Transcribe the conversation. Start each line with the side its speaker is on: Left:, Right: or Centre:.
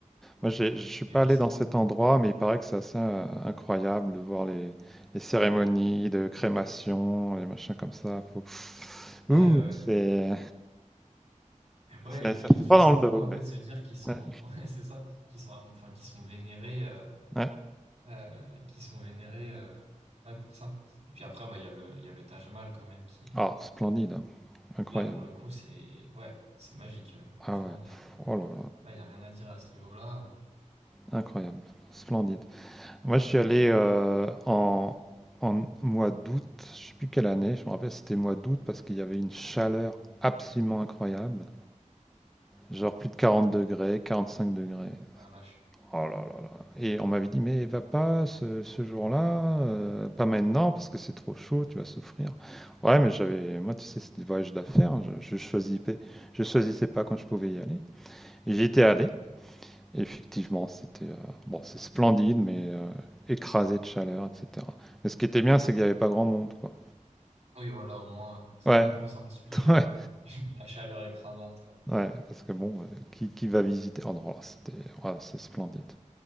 Centre: Moi, j'ai- je suis pas
Right: Et ouais,
Centre: allé
Right: c'était.
Centre: dans cet
Right: Ouais,
Centre: endroit, mais il paraît que c'est assez euh, incroyable de voir les, les cérémonies de crémation, les machins comme ça. Faut...
Right: ouais.
Centre: Ouh,
Right: ouais.
Centre: c'est,
Right: Ouais,
Centre: c'est-
Right: et
Centre: ça
Right: puis
Centre: fait
Right: je
Centre: pas
Right: trouve
Centre: dans
Right: c'est
Centre: le
Right: fou
Centre: dos.
Right: un peu
Centre: mais-
Right: de se dire qu'ils sont,
Centre: Ouais.
Right: <laughs> ouais, c'est ça, qu'ils sont, am- enfin, qu'ils sont vénérés, euh,
Centre: ouais.
Right: euh, qu'ils sont vénérés, euh, ouais, pour ça. Et puis après, bah, il y a le, il y a le Taj Mahal quand même qui est
Centre: Oh, splendide, hein. Incroyable.
Right: là pour le coup, c'est, ouais, c'est magique. euh, Franchement,
Centre: Ah ouais.
Right: il y a,
Centre: Oh là
Right: là, il y a rien à dire à ce niveau-là. hein.
Centre: là, incroyable, splendide. Moi, je suis allé euh, en, en mois d'août, je sais plus quelle année. Je me rappelle, c'était mois d'août parce qu'il y avait une chaleur absolument incroyable, genre plus de 40 degrés, 45 degrés.
Right: Ah, vache.
Centre: Oh là là là Et on m'avait dit, mais va pas ce, ce jour-là, euh, pas maintenant, parce que c'est trop chaud, tu vas souffrir. Ouais, mais j'avais, moi, tu sais, c'était des voyages d'affaires, hein, je, je choisissais, pas- je choisissais pas quand je pouvais y aller. Et j'y étais allé, et effectivement, c'était, euh, bon, c'est splendide, mais euh, écrasé de chaleur, etc. Mais ce qui était bien, c'est qu'il n'y avait pas grand monde, quoi.
Right: Oui, voilà, au moins, euh, ça
Centre: Ouais,
Right: compense un petit peu euh,
Centre: <laughs> ouais,
Right: <laughs> la chaleur écrasante.
Centre: ouais, parce que bon, euh, qui, qui va visiter? Oh non, là, c'était, ouais, c'est splendide.